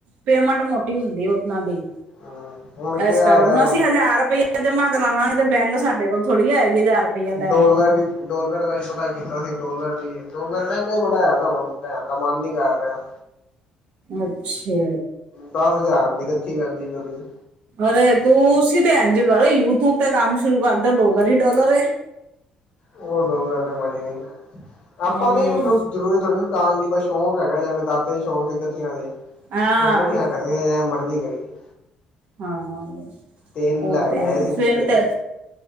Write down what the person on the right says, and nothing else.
ਪੇਮੈਂਟ ਮੋਟੀ ਹੁੰਦੀ ਓਨਾਂ ਦੀ।
ਐਸ
ਕਰ ਹੁਣ
ਅਸੀਂ ਹਜ਼ਾਰ ਰੁਪੀਆ ਜਮਾਂ ਕਰਾਨਾ ਏ ਤੇ ਬੈਂਕ ਸਾਡੇ ਕੋਲ਼ ਥੋੜ੍ਹੀ ਆਏਗੀ। ਹਜ਼ਾਰ ਰੁਪਇਆ ਲੈਣ
ਅੱਛਾ।
ਅਰੇ ਤੂੰ ਸੀ ਤੇ ਐਂਜ ਕਰੋ, ਯੂਟਿਊਬ ਤੇ ਕੰਮ ਸ਼ੁਰੂ ਕਰਦੋ। ਡੋਲਰ ਈ ਡੋਲਰ ਏ।
ਹਮ
ਹਾਂ
ਹਾਂ,
ਉਹ
ਤੇ
ਐਂਈ
ਐ।
ਫੇਰ ਤੇ